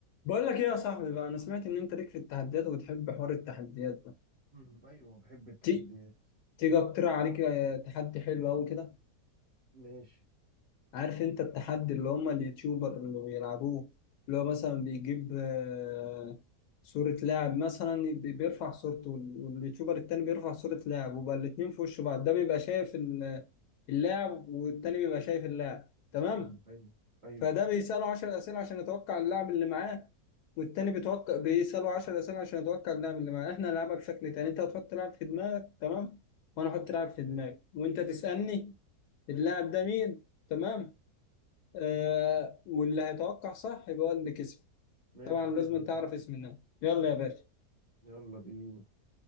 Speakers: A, on the left (about 85°); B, on the right (about 35°).
A: بقول لك ايه يا صاحبي بقى انا سمعت ان انت ليك في التحديات وبتحب حوار التحديات ده
B: مم. ايوه بحب التحديات
A: تي تيجي اقترح عليك آه، تحدي حلو قوي كده
B: ماشي
A: عارف انت التحدي اللي هم اليوتيوبر اللي بيلعبوه اللي هو مثلا بيجيب آه، صورة لاعب مثلا بي- بيرفع صورته وال- واليوتيوبر التاني بيرفع صورة لاعب وبقى الاتنين في وش بعض ده بيبقى شايف ال- اللاعب والتاني بيبقى شايف اللاعب تمام
B: مم. ايوه ايوه
A: فده بيسأله 10 أسئلة عشان يتوقع اللاعب اللي معاه والتاني بيتوقع بيسأله 10 أسئلة عشان يتوقع اللاعب اللي معاه احنا نلعبها بشكل تاني انت هتحط لاعب في دماغك تمام وانا احط لاعب في دماغي
B: ماشي
A: وانت تسألني اللاعب ده مين تمام آه واللي هيتوقع صح يبقى هو اللي كسب
B: ماشي،
A: طبعا لازم
B: حلوة
A: تعرف
B: دي
A: اسم اللاعب يلا يا باشا
B: يلا بينا